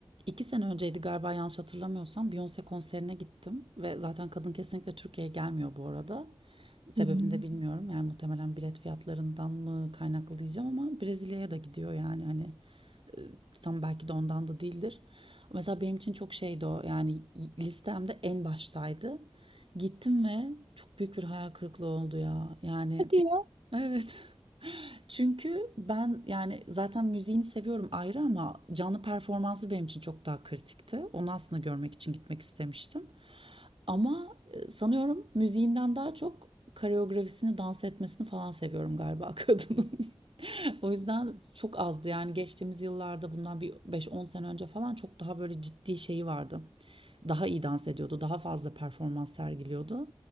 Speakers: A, on the right; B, on the right.
A: İki sene önceydi galiba yanlış hatırlamıyorsam Beyoncé konserine gittim ve zaten kadın kesinlikle Türkiye'ye gelmiyor bu arada. Sebebini
B: Hmm.
A: de bilmiyorum yani muhtemelen bilet fiyatlarından mı kaynaklı diyeceğim ama Brezilya'ya da gidiyor yani hani e, tam belki de ondan da değildir. Mesela benim için çok şeydi o yani listemde en baştaydı. Gittim ve çok büyük bir hayal kırıklığı oldu ya yani
B: Hadi ya.
A: evet. <laughs> Çünkü ben yani zaten müziğini seviyorum ayrı ama canlı performansı benim için çok daha kritikti. Onu aslında görmek için gitmek istemiştim. Ama e, sanıyorum müziğinden daha çok koreografisini, dans etmesini falan seviyorum galiba <laughs> kadının. O yüzden çok azdı yani geçtiğimiz yıllarda bundan bir beş on sene önce falan çok daha böyle ciddi şeyi vardı. Daha iyi dans ediyordu, daha fazla performans sergiliyordu.